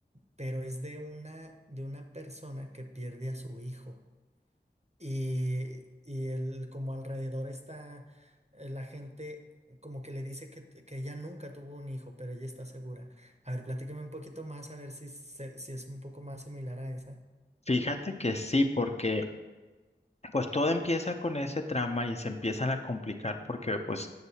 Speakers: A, on the right (about 40°); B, on the left (about 35°).
A: pero es de una, de una persona que pierde a su hijo. Y, y el, como alrededor está eh, la gente, como que le dice que, que ella nunca tuvo un hijo, pero ella está segura. A ver, platícame un poquito más, a ver si, se- si es un poco más similar a esa.
B: Fíjate que sí, porque Pues todo empieza con ese trama y se empiezan a complicar porque pues